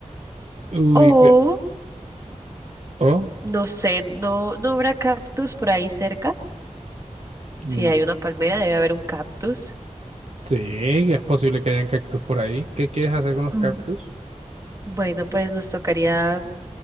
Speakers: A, on the right (about 55°); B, on the right (about 25°).
A: Uy,
B: O,
A: pero... Oh,
B: no sé, ¿no, no habrá cactus por ahí cerca? Si
A: mm,
B: hay una palmera, debe haber un cactus.
A: sí, es posible que hayan cactus por ahí. ¿Qué quieres hacer con los
B: Mm,
A: cactus?
B: Bueno, pues nos tocaría,